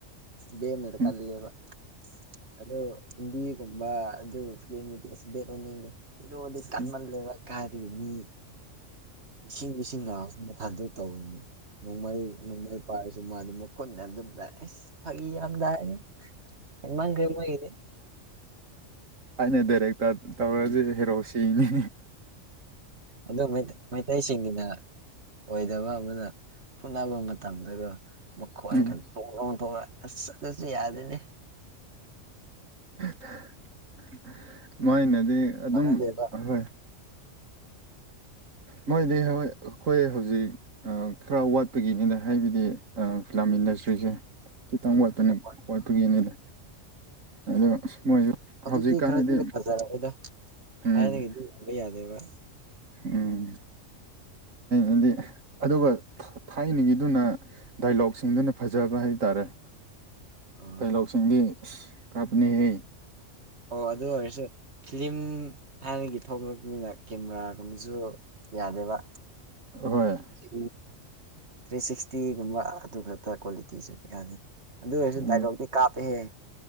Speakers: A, on the right; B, on the right.
A: ꯕꯅꯔ
B: ꯎꯝ
A: ꯀꯜꯂ ꯂꯩꯕ ꯑꯗꯨ ꯍꯤꯟꯗꯤꯒꯨꯝꯕ ꯑꯗꯨ ꯐꯤꯗꯨꯗꯤ ꯑꯁ ꯕꯦꯠ ꯑꯣꯏꯅꯤꯡꯂ ꯍꯤꯔꯣꯗꯤ ꯀꯟꯃꯜꯂꯦꯕ
B: ꯎꯝ
A: ꯀꯥꯥꯏꯔꯤꯕ ꯃꯤ ꯏꯁꯤꯡ ꯏꯁꯤꯡ ꯂꯥꯛꯑꯁꯨ ꯃꯊꯟꯗ ꯇꯧꯔꯤꯅꯤ ꯅꯣꯡꯃꯩ ꯅꯣꯡꯃꯩ ꯄꯥꯔꯁꯨ ꯃꯥ ꯑꯗꯨꯝ ꯈꯨꯨꯅ ꯑꯗꯨꯝ ꯂꯥꯛꯑꯦ ꯑꯁ ꯐꯥꯒꯤ ꯌꯥꯝꯗꯥꯏꯑ ꯍ ꯃꯥꯡꯈ꯭ꯔꯦ ꯃꯣꯏꯒꯤꯗꯤ
B: ꯑꯩꯅ ꯗꯥꯏꯔꯦꯛꯇꯔ ꯇꯧꯔꯗꯤ
A: ꯎꯝ
B: ꯍꯦꯔꯣꯁꯤꯅꯤ
A: ꯑꯗꯨ ꯃꯩꯇꯩꯁꯤꯡꯒꯤꯅ ꯑꯣꯏꯗꯕ ꯑꯃꯅ ꯐꯨꯠꯅꯕ ꯃꯇꯝꯗꯒ ꯃꯈꯣꯏ
B: ꯎꯝ
A: ꯏꯪꯒꯟ ꯇꯣꯡ ꯇꯣꯡꯊꯂ ꯑꯁ ꯆꯠꯁꯨ ꯌꯥꯗꯅꯦ
B: <inaudible> ꯃꯥꯏꯅꯗꯤ ꯑꯗꯨꯝ
A: ꯃꯥꯟꯅꯗꯦꯕ
B: ꯑꯣꯏ
A: ꯑꯥ
B: ꯃꯣꯏꯗꯤ ꯍ ꯑꯩꯈꯣꯏ ꯍꯧꯖꯤꯛ ꯈꯔ ꯋꯥꯠꯄꯒꯤꯅꯤꯅ ꯍꯥꯏꯕꯗꯤ ꯐꯤꯂꯝ ꯏꯟꯗꯁꯇ꯭ꯔꯤꯁꯦ ꯈꯤꯇꯪ
A: ꯑꯥ
B: ꯋꯥꯠꯄ
A: ꯈꯔ ꯋꯥꯠꯂꯦ
B: ꯋꯥꯠꯄꯒꯤꯅꯤꯗ
A: ꯑꯥ
B: ꯑꯗꯣ ꯃꯣꯏꯁꯨ ꯍꯧꯖꯤꯛꯀꯥꯟꯗꯗꯤ
A: ꯍꯧꯖꯤꯛꯇꯤ ꯈꯔꯗꯤ ꯐꯖꯔꯦꯗ
B: ꯎꯝ
A: ꯊꯥꯏꯅꯒꯤꯗꯤꯕ ꯌꯥꯗꯦꯕ
B: ꯎꯝ ꯑꯗꯤ ꯑꯗꯨꯒ ꯊꯥꯏꯅꯤꯡꯒꯤꯗꯨꯅ ꯗꯥꯏꯂꯣꯛꯁꯤꯡꯗꯨꯅ ꯐꯖꯕ ꯍꯥꯏꯇꯥꯔꯦ
A: ꯑꯥ
B: ꯇꯥꯏꯂꯧꯁꯤꯡꯗꯤ ꯀꯥꯞꯄꯅꯤꯍꯦ
A: ꯑꯣ ꯑ ꯑꯗꯨ ꯑꯣꯏꯁꯦ ꯐꯤꯤꯂꯝ ꯊꯥꯏꯅꯒꯤ ꯊꯣꯛꯂꯛꯄꯅꯤꯅ ꯀꯦꯃꯦꯔꯥꯒꯨꯝꯕꯁꯨ ꯌꯥꯗꯦꯕ
B: ꯍꯣꯏ
A: ꯊ꯭ꯔꯤ ꯊ꯭ꯔꯤ ꯁꯤꯛꯁꯇꯤꯒꯨꯝꯕ ꯑꯗꯨ ꯈꯛꯇ ꯀ꯭ꯋꯥꯂꯤꯇꯤꯁꯨ ꯌꯥꯗꯅꯤ ꯑꯗꯨ ꯑꯣꯏꯔꯁꯨ
B: ꯎꯝ
A: ꯗꯥꯏꯂꯣꯛꯇꯤ ꯀꯥꯞꯄꯦꯍꯦ